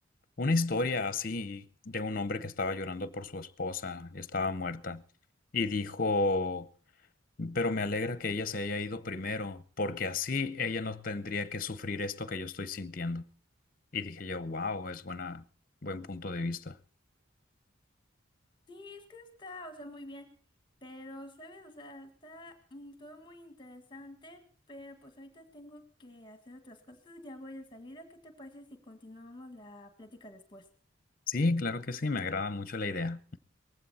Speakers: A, on the left; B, on the left.
A: una historia así de un hombre que estaba llorando por su esposa, estaba muerta, y dijo. Pero me alegra que ella se haya ido primero, porque así ella no tendría que sufrir esto que yo estoy sintiendo. Y dije yo, wow, es buena, buen punto de vista.
B: Sí, es que está, o sea, muy bien. Pero, ¿sabes? O sea, está mm, todo muy interesante, pero pues ahorita tengo que hacer otras cosas. Ya voy de salida. ¿Qué te parece si continuamos la plática después?
A: Sí, claro que sí, me agrada mucho la idea.